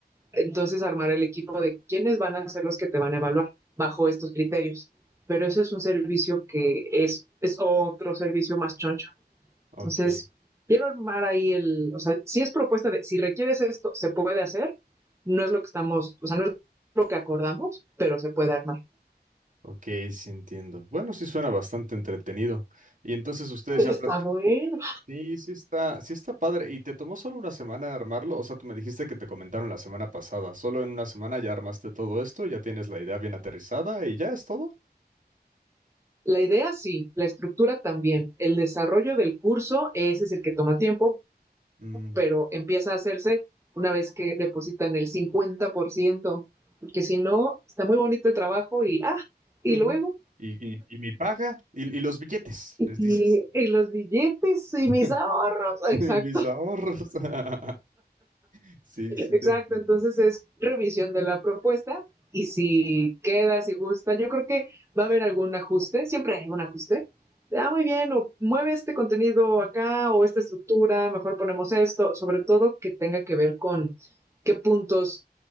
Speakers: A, on the right (about 15°); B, on the right (about 50°).
A: entonces armar el equipo de quiénes van a ser los que te van a evaluar bajo estos criterios, pero eso es un servicio que es, es otro servicio más choncho.
B: Ok,
A: Entonces, quiero armar ahí el, o sea, si es propuesta de, si requieres esto, se puede hacer, no es lo que estamos, o sea, no es lo que acordamos, pero se puede armar.
B: ok, sí entiendo. Bueno, sí suena bastante entretenido. Y entonces ustedes
A: Está
B: ya platicaron.
A: bueno.
B: Sí, sí está, sí está padre. ¿Y te tomó solo una semana armarlo? O sea, tú me dijiste que te comentaron la semana pasada. Solo en una semana ya armaste todo esto, ya tienes la idea bien aterrizada y ya es todo.
A: La idea sí, la estructura también, el desarrollo del curso, ese es el que toma tiempo,
B: Mm,
A: pero empieza a hacerse una vez que depositan el 50%, porque si no, está muy bonito el trabajo y, ah, y
B: ujú.
A: luego,
B: Y, y, y mi paga y, y los billetes,
A: y,
B: les dices.
A: y los billetes y
B: <laughs>
A: mis ahorros, exacto.
B: Y mis ahorros. <laughs> Sí, sí
A: Exacto,
B: te entiendo.
A: entonces es revisión de la propuesta y si queda, si gusta, yo creo que va a haber algún ajuste, siempre hay algún ajuste. Ah, muy bien, o mueve este contenido acá o esta estructura, mejor ponemos esto, sobre todo que tenga que ver con qué puntos